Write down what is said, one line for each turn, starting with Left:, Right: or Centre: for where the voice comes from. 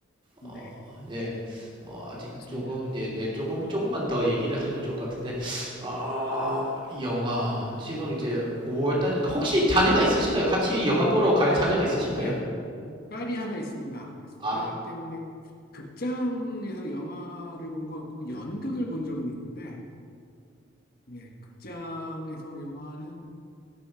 Left: 네,
Right: 어, 네, 어, 아직
Left: 좋습니다.
Right: 조금, 예, 예, 조금, 조금만 더 얘기를 하면 좋을 것 같은데, 어, 영화. 지금 이제 5월 달이니까,
Left: 음,
Right: 혹시 자녀가 있으신가요? 같이 영화 보러 갈 자녀가 있으신가요?
Left: 네, 딸이 하나 있습니다. 그래서
Right: 아,
Left: 딸 때문에 극장에서 영화를 본 건 없고 뭐 연극을 본 적은 있는데, 예, 극장에서 영화는